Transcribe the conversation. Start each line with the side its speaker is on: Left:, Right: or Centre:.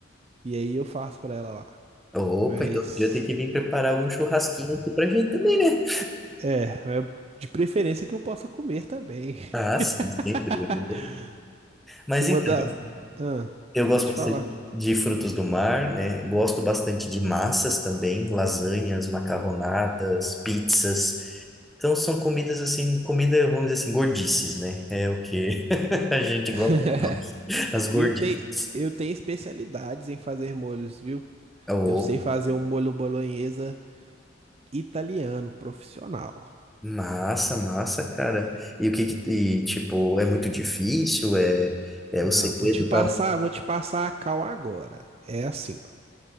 Right: E aí eu faço pra ela lá.
Centre: Opa,
Right: Mas
Centre: então já tem que vir preparar um churrasquinho aqui pra gente também, né?
Right: É, é de preferência que eu possa comer também.
Centre: Ah, sim, sem
Right: <laughs>
Centre: dúvida. Mas
Right: Uma
Centre: então,
Right: das. Ah,
Centre: eu gosto
Right: pode
Centre: bastante
Right: falar.
Centre: de frutos do mar, né? Gosto bastante de massas também, lasanhas, macarronadas, pizzas. Então são comidas assim, comida, vamos dizer assim, gordices, né? É o que <laughs> a gente
Right: <laughs>
Centre: gosta mais, as gordices.
Right: Eu tenho, eu tenho especialidades em fazer molhos, viu?
Centre: Oh,
Right: Eu sei fazer um molho bolonhesa italiano, profissional.
Centre: massa, massa, cara. E o que que, e, tipo, é muito difícil? É, é
Right: Não,
Centre: o segredo,
Right: vou te passar,
Centre: tá?
Right: vou te passar a cal agora. É assim, ó.